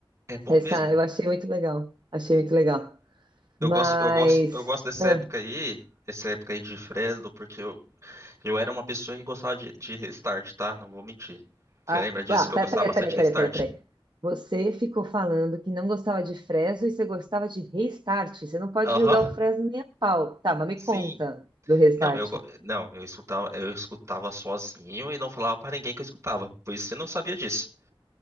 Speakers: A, on the right; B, on the right.
A: é bom
B: Essa
A: mesmo.
B: eu achei muito legal, achei muito legal.
A: Eu
B: Mas.
A: gosto, eu gosto, eu gosto dessa
B: Ah,
A: época aí, essa época aí de Fresno, porque eu, eu era uma pessoa que gostava de, de Restart, tá? Não vou mentir. Você
B: ah,
A: lembra disso
B: ah,
A: que
B: pera-
A: eu gostava
B: peraí,
A: bastante
B: peraí,
A: de
B: peraí,
A: Restart?
B: peraí, peraí. Você ficou falando que não gostava de Fresno e você gostava de Restart. Você não pode
A: Aham.
B: julgar o Fresno nem a pau. Tá, mas me
A: Sim.
B: conta do Restart.
A: Não, eu go-
B: <laughs>
A: não, eu escutava, eu escutava sozinho e não falava pra ninguém que eu escutava. Por isso você não sabia disso.